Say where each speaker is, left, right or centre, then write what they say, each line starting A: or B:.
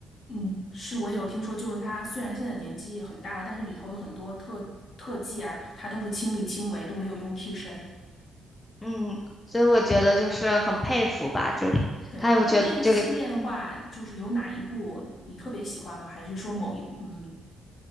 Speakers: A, on the left (about 50°); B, on the left (about 15°).
A: 嗯，是我也有听说，就是他虽然现在年纪很大了，但是里头的很多特特技啊，他都是亲力亲为，都没有用替身。
B: 嗯，所以我觉得就是很佩服吧，就
A: 对，
B: 他我觉得这个嗯。
A: 那这个系列的话，就是有哪一部你特别喜欢吗？还是说某一嗯